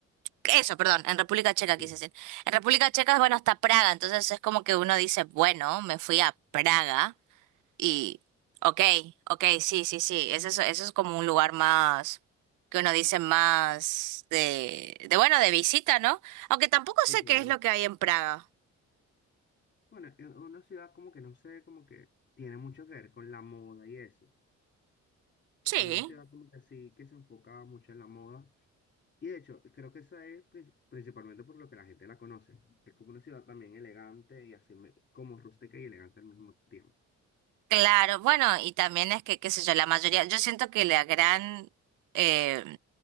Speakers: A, on the right; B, on the left.
A: eso, perdón, en República Checa
B: Mira.
A: quise decir. En República Checa, bueno, está Praga, entonces es como que uno dice, bueno, me fui a Praga. Y, ok, ok, sí, sí, sí, eso es, eso es como un lugar más, que uno dice más de, de, bueno, de visita, ¿no? Aunque tampoco
B: Sí,
A: sé
B: claro.
A: qué es lo que hay en Praga.
B: Bueno, es una ciudad como que no sé, como que tiene mucho que ver con la moda y eso.
A: Sí,
B: Es una ciudad como que sí, que se enfocaba mucho en la moda. Y de hecho, creo que esa es prin- principalmente por lo que la gente la conoce. Es como una ciudad también elegante y así me- como rústica y elegante al mismo tiempo.
A: claro, bueno, y también es que, qué sé yo, la mayoría, yo siento que la gran, eh,